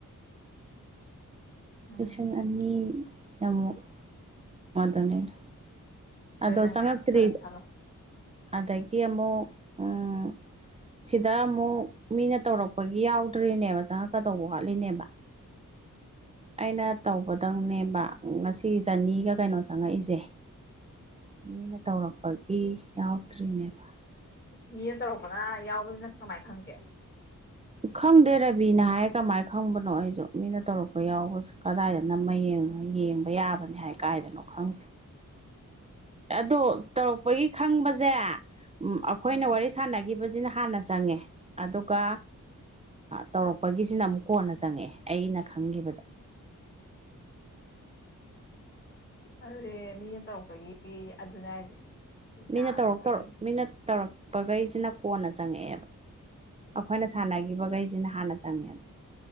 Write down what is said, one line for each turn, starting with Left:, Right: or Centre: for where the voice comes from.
Left: ꯎꯝ
Right: ꯄꯁ ꯑꯅꯤ ꯌꯥꯝꯃ ꯃꯥꯗꯅꯦꯅ
Left: ꯑꯗꯨ
Right: ꯑꯗꯣ
Left: ꯅꯪ
Right: ꯆꯪꯉꯛꯇ꯭ꯔꯤꯗ
Left: ꯃꯌꯥꯝ ꯁꯥꯟꯅ ꯁꯥꯜꯂꯣ
Right: ꯑꯗꯒꯤ ꯑꯃꯨꯛ ꯎꯝ ꯁꯤꯗ ꯑꯃꯨꯛ ꯃꯤꯅ ꯇꯧꯔꯛꯄꯒꯤ ꯌꯥꯎꯗ꯭ꯔꯤꯅꯦꯕ ꯆꯪꯉꯛꯀꯗꯧꯕ ꯋꯥꯠꯂꯤꯅꯦꯕ ꯑꯩꯅ ꯇꯧꯕꯗꯪꯅꯦꯦꯝꯕ ꯉꯁꯤꯒꯤ ꯆꯅꯤꯒ ꯀꯩꯅꯣ ꯆꯪꯉꯛꯏꯁꯦ
Left: <inaudible>
Right: ꯃꯤꯅ ꯇꯧꯔꯛꯄꯒꯤ ꯌꯥꯎꯗ꯭ꯔꯤꯅꯦꯕ
Left: ꯃꯤꯅ ꯇꯧꯔꯛꯄꯅ ꯌꯥꯎꯕꯁꯤꯅꯪ ꯀꯃꯥꯏꯅ ꯈꯪꯒꯦ
Right: ꯈꯪꯗꯦ ꯔꯕꯤꯅ ꯍꯥꯏ ꯀꯃꯥꯏ ꯈꯪꯕꯅꯣ ꯑꯩꯁꯨ ꯃꯤꯅ ꯇꯧꯔꯛꯄ ꯌꯥꯎꯕꯁꯨ ꯀꯗꯥꯏꯗ ꯅꯝ ꯌꯦꯡꯕ ꯌꯥꯕꯅꯤ ꯍꯥꯏ ꯀꯥꯏꯗꯅꯣ ꯈꯪꯗꯦ ꯑꯗꯣ ꯇꯧꯔꯛꯄꯒꯤ ꯈꯪꯕꯁꯦ ꯑꯩꯈꯣꯏꯅ
Left: ꯎꯝ
Right: ꯋꯥꯔꯤ ꯁꯥꯟꯅꯈꯤꯕꯁꯤꯅ ꯍꯥꯟꯅ ꯆꯪꯉꯦ ꯑꯗꯨꯒ ꯇꯧꯔꯛꯄ ꯑꯣꯏꯒꯤꯁꯤꯅ ꯑꯃꯨꯛ ꯀꯣꯟꯅ ꯆꯪꯉꯛꯑꯦ ꯑꯩꯅ ꯈꯪꯒꯤꯈꯤꯕꯗ
Left: ꯑꯗꯨꯗ ꯃꯤꯅ ꯇꯧꯔꯛꯄꯒꯤ ꯑꯗꯨꯅꯦ ꯍꯥꯏꯁꯦ
Right: ꯃꯤꯅ
Left: ꯌꯥꯝꯃꯦꯕ
Right: ꯇꯧꯔ ꯇꯧꯔꯛ
Left: ꯑꯩ
Right: ꯃꯤꯅ ꯇꯧꯔꯛꯄꯈꯩꯁꯤꯅ ꯀꯣꯟꯅ ꯆꯪꯉꯛꯑꯦꯕ ꯑꯩꯈꯣꯏꯅ
Left: ꯎꯝ
Right: ꯁꯥꯟꯅꯈꯤꯕꯈꯩꯁꯤꯅ ꯍꯥꯟꯅ ꯆꯪꯉꯦꯕ